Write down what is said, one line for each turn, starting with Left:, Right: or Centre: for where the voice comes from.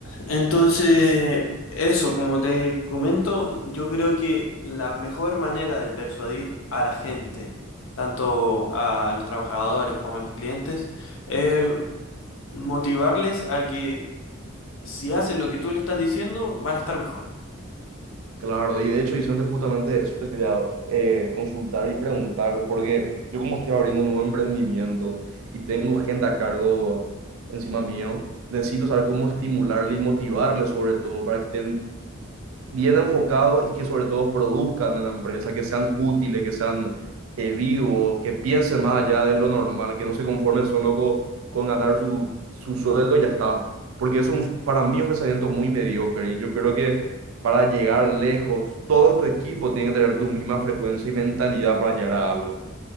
Left: Entonces, eso, como te comento, yo creo que la mejor manera de persuadir a la gente, tanto a los trabajadores como a los clientes, es motivarles a que si hacen lo que tú le estás diciendo, van a estar mejor.
Right: Claro, y de hecho, Vicente, justamente eso te quería eh, consultar y preguntar, porque yo como estoy abriendo un nuevo emprendimiento y tengo gente a cargo encima mío, necesito saber cómo estimularle y motivarle sobre todo para que estén bien enfocados y que sobre todo produzcan en la empresa, que sean útiles, que sean eh, vivos, que piensen más allá de lo normal, que no se conformen solo con con, ganar su, su sueldo y ya está. Porque eso es un- para mí un pensamiento muy mediocre y yo creo que para llegar lejos, todo tu equipo tiene que tener tu misma frecuencia y mentalidad para llegar a algo